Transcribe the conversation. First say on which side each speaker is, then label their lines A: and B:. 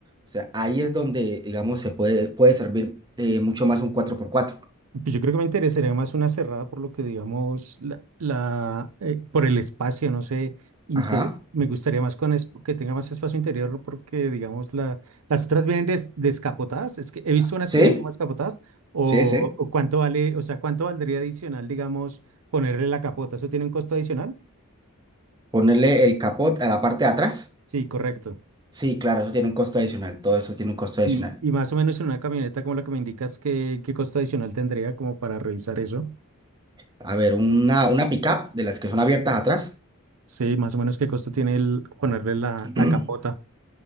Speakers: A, on the right; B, on the right.
A: O sea, ahí es donde, digamos, se puede, puede servir eh, mucho más un cuatro por cuatro
B: Pues Yo creo que me interesaría más una cerrada por lo que digamos, la, la, eh, por el espacio, no sé, inter-
A: Ajá.
B: me gustaría más con es- que tenga más espacio interior ¿no? porque digamos la, las otras vienen des- descapotadas, es que he visto unas
A: Sí,
B: que vienen como descapotadas o,
A: sí, sí.
B: o cuánto vale, o sea, cuánto valdría adicional, digamos, ponerle la capota, ¿eso tiene un costo adicional?
A: Ponerle el capot a la parte de atrás.
B: Sí, correcto.
A: Sí, claro, eso tiene un costo adicional. Todo eso tiene un costo adicional.
B: Y, y más o menos en una camioneta como la que me indicas, ¿qué, qué costo adicional tendría como para revisar eso?
A: A ver, una, una pickup de las que son abiertas atrás.
B: Sí, más o menos qué costo tiene el ponerle la,
A: <clears throat>
B: la capota.